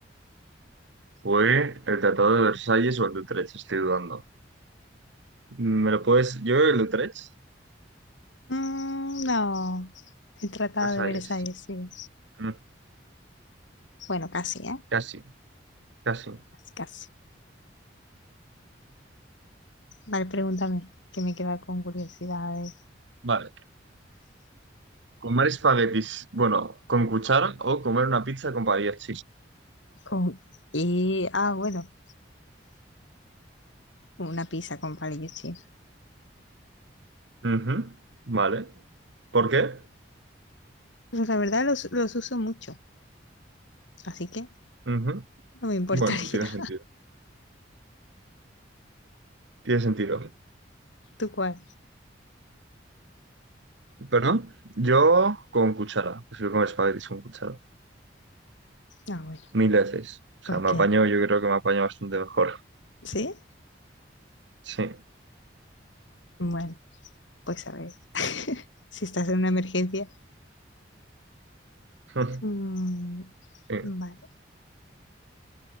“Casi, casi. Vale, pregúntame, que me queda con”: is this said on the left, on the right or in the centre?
Left